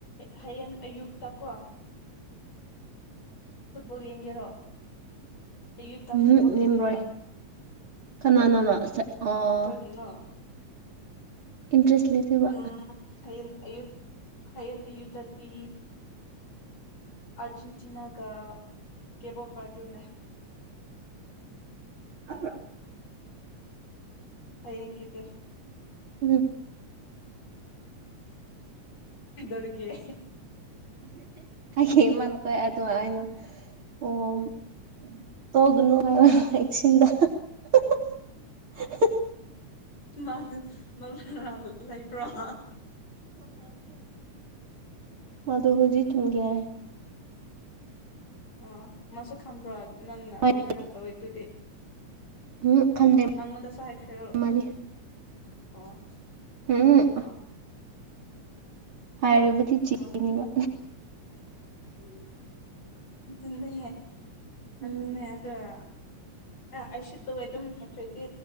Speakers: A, on the left; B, on the right.
A: ꯍꯌꯦꯡ ꯑꯌꯨꯛꯇ ꯀꯣ ꯐꯨꯠꯕꯣꯜ ꯌꯦꯡꯒꯦꯔꯣ ꯑꯌꯨꯇꯥ
B: ꯎꯝ
A: ꯐꯨꯠꯕꯣꯜ
B: ꯂꯦꯝꯔꯣꯏ
A: ꯌꯦꯡꯒꯦꯔꯥ
B: ꯀꯅꯥꯅꯅꯣ ꯑꯣ
A: ꯀꯔꯤꯒꯤꯅꯣ
B: ꯏꯟꯇꯔꯦꯁ ꯂꯩꯇꯕ
A: ꯎꯝ ꯍꯌꯦꯡ ꯑꯌꯨꯛ ꯑꯌꯦꯛ ꯑꯌꯨꯛꯇꯗꯤ ꯑꯔꯖꯦꯟꯇꯅꯥꯒ ꯀꯦꯞꯕꯔ ꯔꯗꯅꯒ <unintelligible>
B: ꯑ꯭ꯔ <unintelligible>
A: ꯍ‌ꯌ‌ꯦꯡꯒꯤꯗꫭ
B: ꯎꯝ
A: ꯀꯩꯗꯧꯔꯤꯒ‌ꯦ
B: ꯍꯃ ꯀꯣꯏ ꯑꯗꯨꯗꯉꯥꯏꯅ <unintelligible> ꯑꯣ ꯇꯒꯅꯅꯨꯡ ꯍꯥ <unintelligible> ꯑ‌ꯦꯛꯁꯤꯟꯗ ꯍ <unintelligible>
A: ꯃꯥꯒ ꯃꯃꯥ ꯂꯩꯕ꯭ꯔꫭ
B: ꯑꯗꯣ ꯍꯧꯖꯤ ꯇꯝꯒꯦꯔ <unintelligible>
A: ꯑꯥ ꯃꯥꯁꯨ ꯈꯝꯕ꯭ꯔꯣ ꯅꯪꯅ ꯑꯗꯨꯃꯥꯏꯅ
B: ꯍꯥꯏ
A: ꯀꯧꯋꯦ ꯑꯗꯨꯗꯤ
B: ꯎꯝ ꯈꯜꯂꯦ
A: ꯃꯉꯣꯟꯗꯁꯨ ꯍꯥꯏꯈ꯭ꯔꯦꯔꯣ
B: ꯃꯥꯗꯤ
A: ꯑꯣ
B: ꯎꯝ
A: ꯑꯥ ꯑꯥ
B: ꯍꯥꯏꯔꯕꯗꯤ ꯆꯦꯛꯀꯅꯤ
A: ꯑꯣ
B: ꯃꯥ
A: ꯃꯟꯅꯅꯦ ꯃꯗꯨꯅꯦ
B: ꯎꯝ
A: ꯑꯗ <unintelligible> ꯑ ꯑꯩꯁꯨ ꯇꯧꯋꯦ ꯑꯗꯨꯝ ꯍꯥꯏꯈ꯭ꯔꯗꯤ